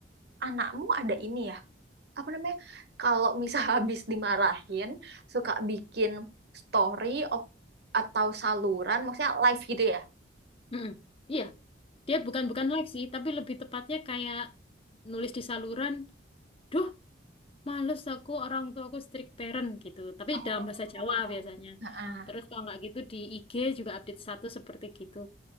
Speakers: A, on the right (about 60°); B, on the left (about 30°).
A: anakmu ada ini ya apa namanya kalau misal <laughs> habis dimarahin suka bikin story op- atau saluran maksudnya live gitu ya
B: Mm-mm. Iya, dia bukan bukan live sih, tapi lebih tepatnya kayak nulis di saluran. Duh, males aku orang tua aku strict parent gitu. Tapi
A: Oh,
B: dalam bahasa Jawa biasanya.
A: Heeh.
B: Terus kalau nggak gitu di IG juga update status seperti gitu.